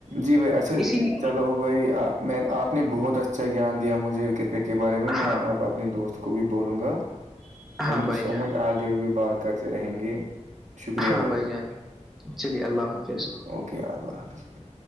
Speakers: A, on the right (about 75°); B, in the centre.
A: جی بھائی اچھا
B: اسی لیے
A: چلو بھائی میں آپ نے بہت اچھا گان دیا مجھے کرکٹ کے بارے میں میں
B: ہاں
A: اب اپنے دوست کو بھی بولوں گا تھینک
B: ہاں بھائی
A: یو سو
B: جان
A: مچ آگے بھی بات کرتے رہیں گے شکریہ
B: ہاں
A: بھائی
B: جان چلیے اللہ حافظ
A: اوکے اللہ حافظ بھائی